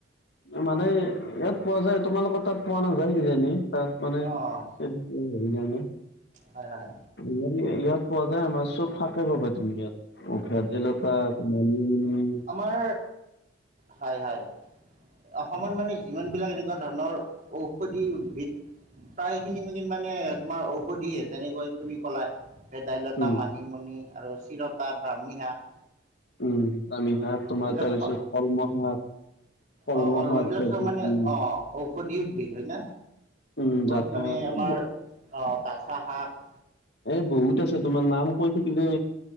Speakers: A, on the left (about 65°); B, on the right (about 45°).
A: মানে ইয়াত পোৱা যায়, তোমালোকৰ তাত পোৱা নাযায় কিজানি তাত মানে
B: অঁ
A: <unintelligible>
B: হয় হয়।
A: ইয়াত ইয়াত পোৱা যায় আমাৰ চব শাকে পাবা তুমি ইয়াত। ভেদাইল লতা, মানি-মুনি।
B: তোমাৰ হয় হয় অসমৰ মানে যিমান খিনি বিলাক এনেকুৱা ধৰণৰ ঔষধি উদ্ভিদ প্ৰায় খিনি মানে তোমাৰ ঔষধিে যেনেকৈ তুমি কলা ভেদাইলতা,
A: উম,
B: মানিমুনি আৰু চিৰতা, ব্ৰাহ্মী শাক
A: উম কামি শাক তোমাৰ
B: এইবিলাক
A: তাৰপিছত কলম শাক। কলমৌ
B: অ' অল
A: শাক
B: এইবিলাক
A: তাৰপিছত
B: চব মানে
A: তুমি
B: অ' ঔষধি উদ্ভিদ হয় ন?
A: উম, জাথা
B: বহুত মানে
A: শাক
B: আমাৰ
A: এ ব
B: অ' ডাঠা শাক
A: এ বহুত আছে তোমাৰ নাম কৈ থাকিলে